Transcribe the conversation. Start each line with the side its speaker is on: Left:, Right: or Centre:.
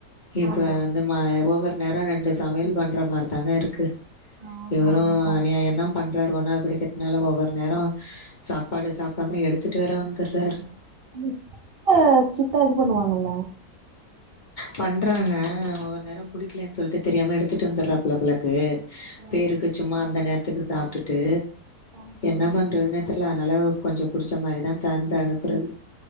Left: இப்ப
Right: ஆமா
Left: இந்த மா ஒவ்வொரு நேரம் ரெண்டு சமையல் பண்ற மாரி தாங்க இருக்கு
Right: ஆமா
Left: இவரும்
Right: ஆமா
Left: அநியாயம் தம் பண்றாரு ஒன்னாவ்து படிக்றதுனால ஒவ்வொரு நேரம் சாப்பாடு சாப்டாம எடுத்துட்டு வேற வந்துறாரு
Right: அங்கே <inaudible> ஸ்டிட்டா இது பண்ணுவாங்கல்ல
Left: பண்றாங்க ஒவ்வொரு நேரம் புடிக்லேன் சொல்ட்டு தெரியாம எடுத்துட்டு வந்துறா போல போலருக்கு
Right: ம்
Left: பேருக்கு சும்மா அந்த நேரத்துக்கு சாப்ட்டுட்டு
Right: ஆமா.
Left: என்ன பண்றதுன்னே தெர்ல அதனால கொஞ்ச புடிச்ச மாரிதா தந்து அனுப்புறது